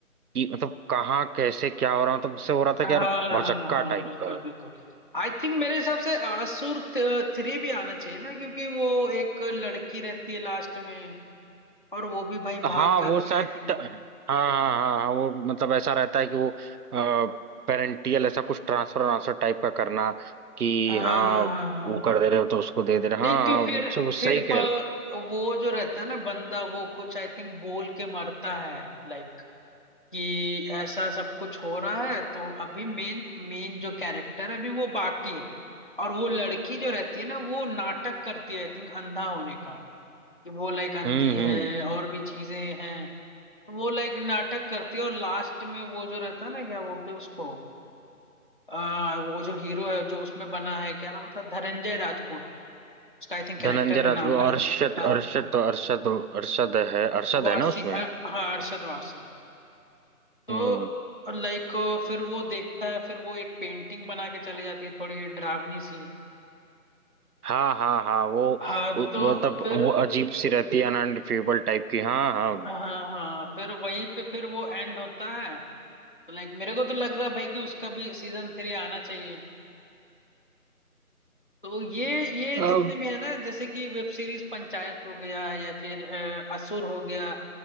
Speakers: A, on the right; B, on the left.
A: कि मतलब कहाँ कैसे क्या हो रहा है। मतलब जिससे हो रहा था
B: हाँ
A: कि यार भौचक्का
B: हाँ हाँ
A: टाइप
B: बिल्कुल
A: का
B: बिल्कुल आई थिंक मेरे हिसाब से असुर थ्री भी आना चाहिए ना क्योंकि वो एक लड़की रहती है लास्ट में और वो भी भाई
A: हाँ
B: भाग जाती
A: वो शायद
B: है आई थिंक
A: ट- हाँ हाँ हाँ हाँ, वो मतलब ऐसा रहता है कि वो पेरेंटियल ऐसा कुछ ट्रांसफर ट्रांसफर टाइप का करना कि
B: हाँ हाँ
A: हाँ
B: हाँ हाँ
A: वो कर दे रहे हो तो उसको दे दे रहे हो।
B: नहीं
A: हाँ
B: तो
A: हाँ वो
B: फिर
A: सब
B: फिर
A: सही कह
B: प,
A: रहे हो।
B: वो जो रहता है ना बंदा वो कुछ आई थिंक बोल के मरता है लाइक कि ऐसा सब कुछ हो रहा है तो अभी मेन मेन जो कैरेक्टर है अभी वो बाकी है और वो लड़की जो रहती है ना वो नाटक करती है आई थिंक अंधा होने का कि वो लाइक अंधी
A: हम्म हम्म
B: है और भी चीजें हैं तो वो लाइक नाटक करती है और लास्ट में वो जो रहता है ना क्या बोलते हैं उसको आ, वो जो हीरो है जो उसमें बना है क्या नाम था धनंजय राजपूत उसका आई थिंक कैरेक्टर
A: धनंजय
B: का
A: राजपूत
B: नाम है
A: अरशद
B: हाँ
A: अरशद अरशद अरशद है अरशद
B: वारसी
A: है ना उसमें
B: अ, हाँ अरशद वारसी तो
A: हम्म
B: लाइक फिर वो देखता है फिर वो एक पेंटिंग बना के चले जाती है थोड़ी डरावनी सी
A: हाँ हाँ हाँ वो
B: हाँ
A: वो
B: तो
A: मतलब
B: फिर
A: वो अजीब सी रहती है अनअनफीबल टाइप की हाँ हाँ
B: हाँ हाँ फिर वहीं पे फिर वो एंड होता है तो लाइक मेरे को तो लग रहा है भाई कि उसका भी सीजन थ्री आना चाहिए तो ये ये
A: अब
B: जितने भी है ना जैसे कि वेब सीरीज पंचायत हो गया या फिर अ, असुर हो गया